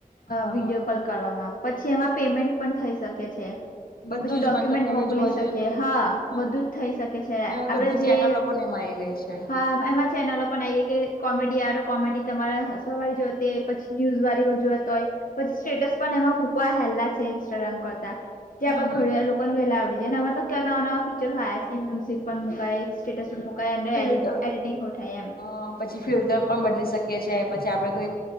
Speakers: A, on the left (about 90°); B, on the left (about 65°).
A: હા
B: વિડીિયો
A: હા
B: કોલ કરવામાં પછી એમાં પેમેન્ટ પણ થઈ શકે છે.
A: બધું
B: પછી ડોક્યુમેન્ટ
A: જ મતલબ કે હવે
B: મોકલી
A: જોવા
B: શકીએ
A: જઈએ તો
B: હા
A: હા
B: બધુંજ થઈ શકે છે
A: ને હવે
B: આપણે
A: બધી
B: જે.
A: ચેનલો પણ એમાં આવી ગઈ છે
B: હા એમાં. ચેનલો પણ આવી કે કોમેડી આવે કોમેડી તમારે હસવા વાળ જોતી પછી ન્યૂઝ વાળ હો જોવાત હોય. પછી સ્ટેટસ પણ એમાં મૂકવા હેલા છે ઇન્સ્ટાગ્રામ કરતા
A: હમ
B: જ્યાં
A: હમ
B: ઘરે. વહેલા આવડી જને અમા તો નવા નવા ફીચર હોય કે મ્યુઝિક પણ મુકઈ. સ્ટેટસ પર મુકાય
A: ફિલ્ટર
B: એડિટીંગ હોું થાય એમ.
A: હા પછી ફિલ્ટર પણ બદલી શકીએ છીએ પછી આપડે કોઈ